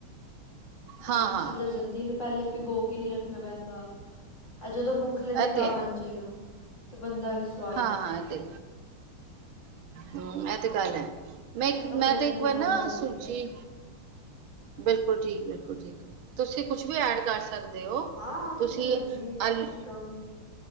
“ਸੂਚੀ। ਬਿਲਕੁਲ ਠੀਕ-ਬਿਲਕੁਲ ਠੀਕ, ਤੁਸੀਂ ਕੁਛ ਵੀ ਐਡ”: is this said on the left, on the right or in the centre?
Right